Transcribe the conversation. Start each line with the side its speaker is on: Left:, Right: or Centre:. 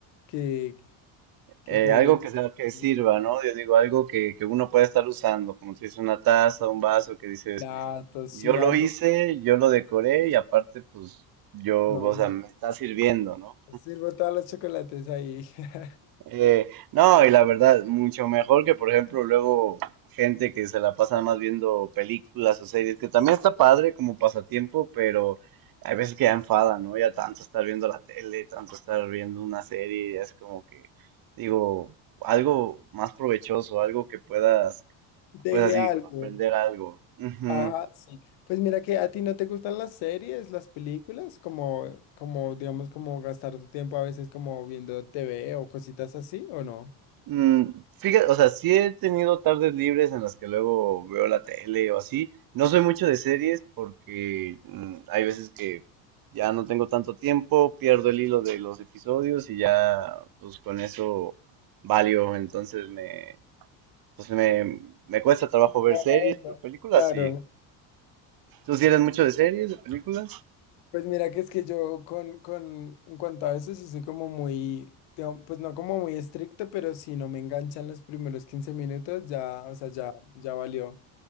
Left: Que, que
Right: Eh,
Left: quede
Right: algo
Left: bien
Right: que sea que
Left: lindo.
Right: sirva, ¿no? Yo digo, algo que, que uno pueda estar usando, como si es una taza, un vaso, que dices,
Left: Platos,
Right: yo
Left: sí, algo.
Right: lo hice, yo lo decoré y aparte, pues, yo,
Left: Lo
Right: o sea, me está sirviendo, ¿no?
Left: sirvo todos los chocolates ahí. <laughs>
Right: Eh, no, y la verdad, mucho mejor que, por ejemplo, luego gente que se la pasa nada más viendo películas o series, que también está padre como pasatiempo, pero hay veces que ya enfada, ¿no? Ya tanto estar viendo la tele, tanto estar viendo una serie, ya es como que, digo, algo más provechoso, algo que puedas,
Left: deje
Right: pues así,
Left: algo.
Right: aprender algo. Ujú.
Left: Ajá, sí. Pues mira que a ti no te gustan las series, las películas, como, como, digamos, como gastar tu tiempo a veces como viendo TV o cositas así, ¿o no?
Right: Mm, fíjate, o sea, sí he tenido tardes libres en las que luego veo la tele o así. No soy mucho de series porque mm, hay veces que ya no tengo tanto tiempo, pierdo el hilo de los episodios y ya pues con eso valio. Entonces me, pues me, me cuesta trabajo
Left: No,
Right: ver series,
Left: la verdad.
Right: pero películas
Left: Claro.
Right: sí. ¿Tú sí eres mucho de series, de películas?
Left: Pues mira que es que yo con, con, en cuanto a eso sí soy como muy, digamos, pues no como muy estricto, pero si no me enganchan los primeros 15 minutos, ya, o sea, ya, ya valió.